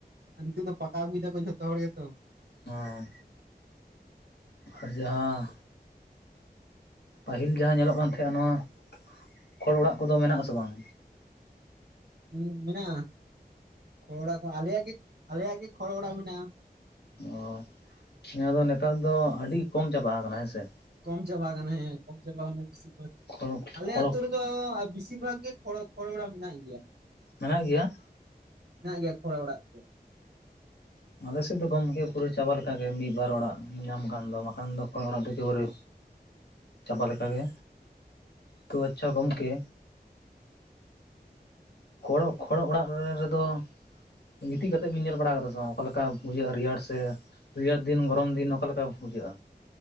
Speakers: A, on the right; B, on the left.
A: ᱦᱟᱱᱠᱩ ᱫᱚ ᱯᱟᱠᱟ ᱟᱹᱜᱩᱭ ᱫᱟᱠᱚ ᱡᱚᱛᱚ ᱦᱚᱲ ᱜᱮᱛᱚ ᱾
B: ᱦᱩᱸ ᱟᱨ ᱡᱟᱦᱟᱸ ᱯᱟᱹᱦᱤᱞ ᱡᱟᱦᱟᱸ ᱧᱮᱞᱚᱜ ᱠᱟᱱ ᱛᱟᱦᱮᱸᱜᱼᱟ ᱱᱚᱣᱟ ᱠᱷᱚᱲ ᱚᱲᱟᱜ ᱠᱚᱫᱚ ᱢᱮᱱᱟᱜ ᱟᱥᱮ ᱵᱟᱝ?
A: ᱦᱩᱸ ᱢᱮᱱᱟᱜᱼᱟ ᱠᱷᱚᱲ ᱚᱲᱟ ᱠᱚ ᱟᱞᱮᱭᱟᱜ ᱜᱮ ᱟᱞᱮᱭᱟᱜ ᱜᱮ ᱠᱷᱚᱲ ᱚᱲᱟ ᱢᱮᱱᱟᱜᱼᱟ ᱾
B: ᱚ ᱱᱤᱭᱟᱹ ᱫᱚ ᱱᱮᱛᱟᱨ ᱫᱚ ᱟᱹᱰᱤ ᱠᱚᱢ ᱪᱟᱵᱟ ᱟᱠᱟᱱᱟ ᱦᱮᱸᱥᱮ
A: ᱠᱚᱢ ᱪᱟᱵᱟ ᱠᱟᱱᱟ ᱦᱮᱸ ᱠᱚᱢ ᱪᱟᱵᱟ ᱠᱟᱱᱟ ᱵᱤᱥᱤᱨ ᱵᱷᱟᱜ
B: ᱠᱷᱚᱲ
A: ᱟᱞᱮ
B: ᱠᱷᱚᱲ
A: ᱟᱹᱛᱩ ᱨᱮ ᱫᱚ ᱵᱤᱥᱤᱨ ᱵᱷᱟᱜ ᱜᱮ ᱠᱷᱚ ᱠᱷᱚᱲ ᱚᱲᱟᱜ ᱢᱮᱱᱟᱜ ᱜᱮᱭᱟ ᱾
B: ᱢᱮᱱᱟᱜ ᱜᱮᱭᱟ?
A: ᱢᱮᱱᱟᱜ ᱜᱮᱭᱟ ᱠᱷᱚᱲ ᱚᱲᱟᱜ ᱾
B: ᱚᱸᱻ ᱟᱞᱮᱥᱮᱫ ᱫᱚ ᱜᱚᱢᱠᱮ ᱯᱩᱨᱟᱹ ᱪᱟᱵᱟ ᱞᱮᱠᱟ ᱜᱮ ᱢᱤᱫ ᱵᱟᱨ ᱚᱲᱟᱜ ᱧᱟᱢ ᱠᱷᱟᱱ ᱫᱚ ᱵᱟᱠᱷᱟᱱ ᱫᱚ ᱠᱷᱚᱲ ᱚᱲᱟᱜ ᱫᱚ ᱮᱠᱮᱵᱟᱨᱮ
A: <inaudible>
B: ᱪᱟᱵᱟ ᱞᱮᱠᱟᱜᱮ ᱛᱚ ᱟᱪᱪᱷᱟ ᱜᱚᱢᱠᱮ ᱠᱷᱚᱲ ᱠᱷᱚᱲ ᱚᱲᱟᱜ ᱨᱮᱫᱚ ᱜᱤᱛᱤᱡ ᱠᱟᱛᱮᱜ ᱵᱤᱱ ᱧᱮᱞ ᱵᱟᱲᱟ ᱠᱟᱫᱟ ᱥᱮ ᱵᱟᱝᱟ ᱚᱠᱟ ᱞᱮᱠᱟ ᱵᱩᱡᱷᱟᱹᱜᱼᱟ ᱨᱮᱭᱟᱲ ᱥᱮ ᱨᱮᱭᱟᱹᱲ ᱫᱤᱱ ᱜᱚᱨᱚᱢ ᱫᱤᱱ ᱚᱠᱟ ᱞᱮᱠᱟ ᱵᱩᱡᱷᱟᱹᱜᱼᱟ?